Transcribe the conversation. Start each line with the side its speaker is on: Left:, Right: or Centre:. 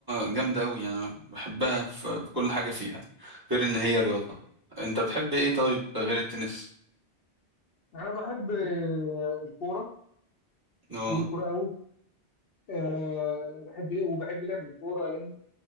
Right: جامدة قوي انا بحبها في في كل حاجة فيها غير ان هي رياضة انت بتحب ايه طيب غير التنس
Left: انا بحب آه، الكوره
Right: اه
Left: بحب الكوره قوي أه بحب ايه وبحب لعب الكوره لان